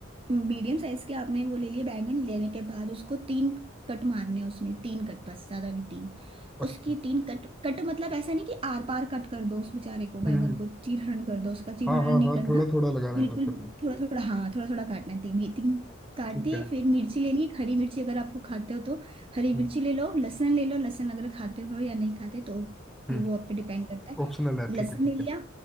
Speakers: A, on the right; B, in the centre.
A: मीडियम साइज के आपने वो ले लिए बैंगन लेने के बाद उसको तीन कट मारने हैं उसमें तीन कट बस ज्यादा नहीं तीन
B: अच्छा,
A: उसकी तीन कट कट मतलब ऐसा नहीं कि आर पार कट कर दो उस बेचारे को बैंगन
B: हम्म
A: को चीरहरण कर दो उसका चीरहरण
B: हाँ हाँ
A: नहीं
B: हाँ
A: करना
B: थोड़ा थोड़ा लगा रहे
A: बिल्कुल
B: हैं बस करूँ
A: थोड़ा थोड़ा हाँ थोड़ा थोड़ा काटना है तीन ये तीन काट
B: ठीक
A: दिए
B: है
A: फिर मिर्ची लेनी है एक हरी मिर्ची अगर आपको खाते हो तो हरी
B: हम्म
A: मिर्ची ले लो लहसुन ले लो लहसुन अगर खाते हो या नहीं खाते तो
B: हम्म
A: फिर वो आप पे डिपेंड करता
B: ऑप्शनल
A: है
B: है ठीक
A: लहसुन
B: है ठीक
A: ले लिया
B: है